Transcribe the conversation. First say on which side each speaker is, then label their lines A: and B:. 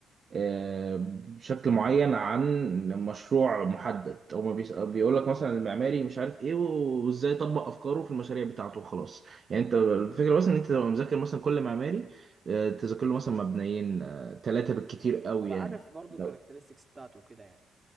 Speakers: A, on the right (about 50°); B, on the right (about 30°).
A: آه، بشكل معين عن مشروع محدد هو ما بيس- بيقول لك مثلا المعماري مش عارف ايه وازاي يطبق افكاره في المشاريع بتاعته خلاص يعني انت الفكره بس ان انت تبقى مذاكر مثلا كل معماري آه، تذاكر له مثلا مبنيين ثلاثه بالكتير قوي
B: يبقى
A: يعني
B: عارف برضو
A: لو
B: الكاركترستكس بتاعته وكده يعني